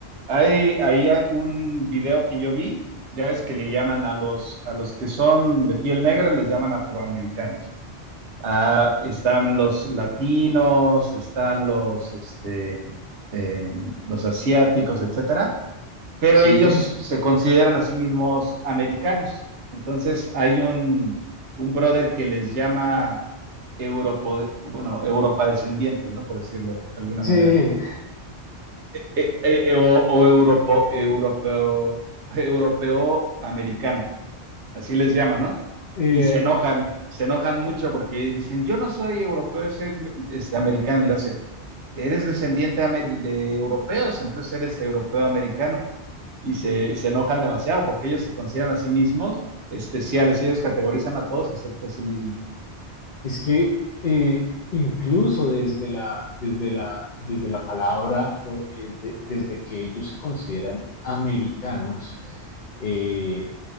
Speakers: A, on the right (about 80°); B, on the left (about 50°).
A: Hay, ahí un video que yo vi, ya ves que le llaman a los, a los que son de piel negra, les llaman afroamericanos. Ah, están los latinos, están los, este, eh, los asiáticos, etcétera, pero
B: Sí,
A: ellos se consideran a sí mismos americanos. Entonces hay un, un brother que les llama europa bueno, Europa descendientes, ¿no? Por decirlo de alguna
B: sí.
A: manera eh, eh, eh, o, o europo- europeo, europeo americano, así les llaman, ¿no?
B: Eh,
A: Y se enojan, se enojan mucho porque dicen, yo no soy europeo, soy este, americano, y le hace, eres descendiente ame- de europeos, entonces eres europeo americano, y se, se enojan demasiado porque ellos se consideran a sí mismos especiales, ellos categorizan a todos excepto a sí mismos.
B: Es que eh, incluso desde la, desde la, desde la palabra, o, eh, de- desde que ellos se consideran americanos, eh,